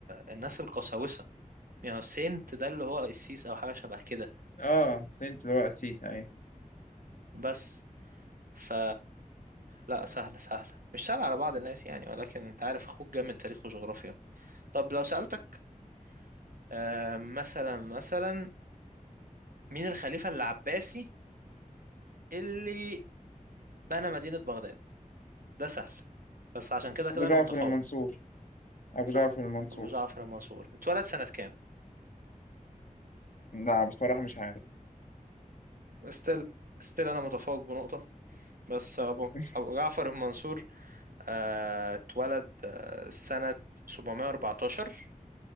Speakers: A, on the right; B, on the left.
A: الناس القساوسه يعني سينت ده اللي هو قسيس او حاجه شبه كده
B: اه سنت اللي هو السيسي ايه
A: بس ف لا سهله سهله مش سهله على بعض الناس يعني ولكن انت عارف اخوك جامد تاريخ وجغرافيا طب لو سالتك آه، مثلا مثلا مين الخليفه العباسي اللي بنى مدينه بغداد ده سهل بس عشان كده كده
B: ابو
A: انا
B: جعفر
A: متفوق
B: المنصور ابو
A: صح
B: جعفر المنصور
A: ابو جعفر المنصور اتولد سنه كام
B: لا بصراحة مش عارف
A: استيل استيل انا متفوق بنقطه بس ابو
B: <laughs>
A: ابو جعفر بن منصور آه، اتولد آه، سنة 714